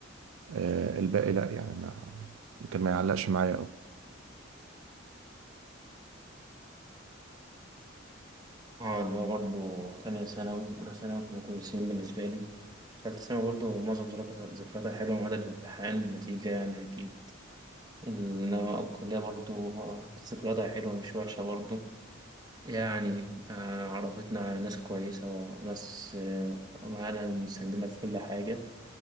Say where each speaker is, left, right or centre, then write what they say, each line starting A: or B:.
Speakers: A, on the right; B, on the right.
A: آه، الباقي لأ يعني ما كان ما يعلقش معايا أوي
B: اه اللي هو برضه تانية ثانوي أولى ثانوي كانوا كويسين بالنسبة لي تالتة ثانوي برضه معظم ذكرياتها ذكرياتها حلوة ما عدا الامتحان النتيجة يعني أكيد إنما الكلية برضه ذكرياتها حلوة مش وحشة برضه يعني آه، عرفتنا على ناس كويسة وناس آه، معانا ومساندنا في كل حاجة